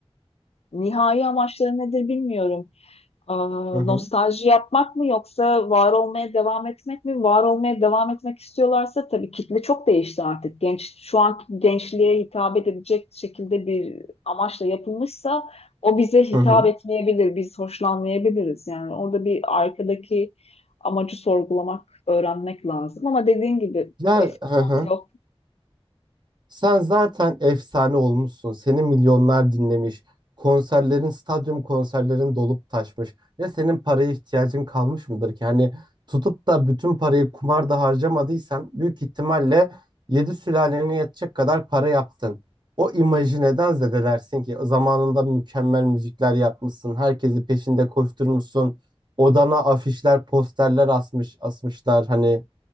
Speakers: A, on the left; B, on the right.
A: nihai amaçları nedir bilmiyorum. Aa,
B: Hı hı.
A: nostalji yapmak mı yoksa var olmaya devam etmek mi? Var olmaya devam etmek istiyorlarsa tabii kitle çok değişti artık. Genç şu anki gençliğe hitap edebilecek şekilde bir amaçla yapılmışsa o bize hitap
B: Hı hı.
A: etmeyebilir. Biz hoşlanmayabiliriz. Yani orada bir arkadaki amacı sorgulamak, öğrenmek lazım. Ama dediğin gibi
B: Ya
A: eski
B: hı
A: tat
B: hı.
A: yok.
B: Sen zaten efsane olmuşsun. Seni milyonlar dinlemiş. Konserlerin, stadyum konserlerin dolup taşmış. Ya senin paraya ihtiyacın kalmış mıdır ki? Hani tutup da bütün parayı kumarda harcamadıysan büyük ihtimalle yedi sülalene yetecek kadar para yaptın. O imajı neden zedelersin ki? Zamanında mükemmel müzikler yapmışsın. Herkesi peşinde koşturmuşsun. Odana afişler, posterler asmış, asmışlar. Hani